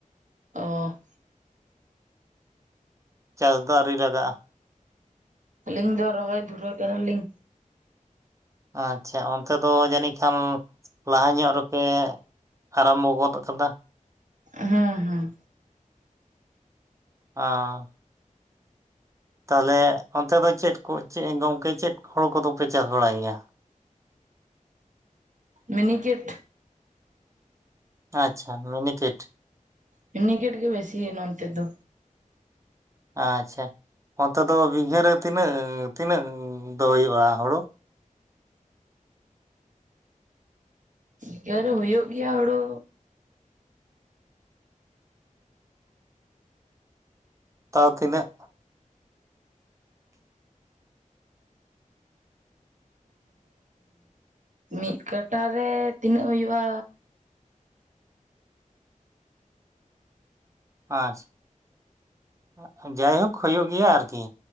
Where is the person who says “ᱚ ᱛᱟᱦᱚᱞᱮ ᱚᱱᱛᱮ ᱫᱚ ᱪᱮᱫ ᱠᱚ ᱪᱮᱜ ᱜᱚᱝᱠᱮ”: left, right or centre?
Right